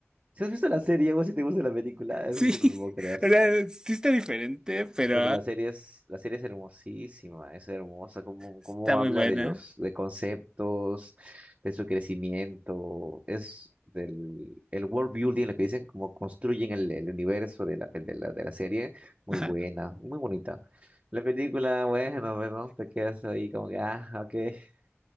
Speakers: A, on the right; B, on the right.
A: Si has visto la serie o si te gusta la película, eso
B: Sí.
A: sí
B: <laughs>
A: no lo puedo creer.
B: O sea, sí está diferente, pero
A: Porque la serie es, la serie es hermosísima, es hermosa, cómo,
B: está
A: cómo
B: muy
A: habla
B: buena.
A: de los, de conceptos, de su crecimiento, es del el world building, lo que dicen, cómo construyen el, el universo de la, pe- de la, de la serie, muy
B: Ajá.
A: buena,
B: Sí,
A: muy bonita. La película, bueno, bueno, te quedas ahí como que, ah, ok. <laughs>